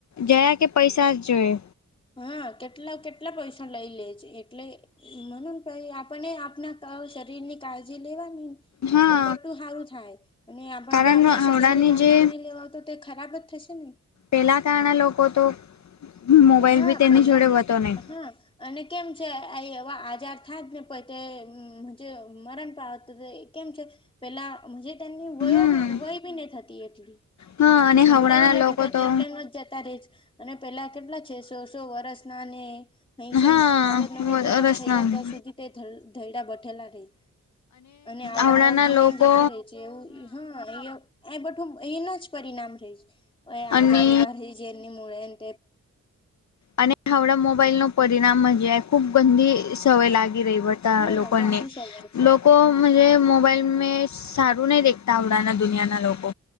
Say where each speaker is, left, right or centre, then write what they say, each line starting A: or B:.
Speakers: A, on the left; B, on the left.
A: જયા કે પૈસા જ જોઈએ
B: હા કેટલા કેટલા પૈસા લઈ લેજ એટલે મ ભાઈ આપને આપના શરીર ની કાળજી લેવાનીને
A: હા
B: તો બટું સારું થાય અને આપ
A: કારણ
B: જો આપણા
A: હવડાની
B: શરીરને કાળજી
A: જે
B: નહી લેવા તો તે ખરાબ જ થશે ને
A: પેલા કારના લોકો તો મોબાઈલ
B: હા
A: બી તેની
B: પેલા
A: જોડે હોતો નહી
B: હા અને કેમ છે આ એવા આજાર થ જ ને પ તે જે મરણ પાાવતું એ કેમ છે પેલા તેની
A: હમ
B: વયોી વય બી ન થતી એટલી
A: હા અને
B: જે ઝગડાવીને
A: હવડાના લોકો
B: થતાટલે
A: તો
B: એટલે એ ચતાારીસ અને પેલા કેટલા છે સો સો વર્ષ નાને અહીંશ
A: હા
B: અશ નવદ નવવદ વરષ
A: રસના
B: થઈ જાય ત્યાં સુધી તે ધૈડા બેઠેલા રહેહી અને આવડા
A: આવડાના
B: નવજીીવાન
A: લોકો
B: જતો રહેે છે એવું હા એ બું એના જ પરિણામ રહી છે આજાર
A: અને
B: ઉઊભા ર જેની મળેને
A: અને હડા મોબાઈલ ન પરિણામ હજ ખુબ ગંદી સમય લાગી રહી હો
B: હા
A: લોકોને
B: ગંદી સવાય છે
A: લોકો મુજે મોબાઈલ મેં સારું નહી દેખતા ઉડના દુનિયાના લોકો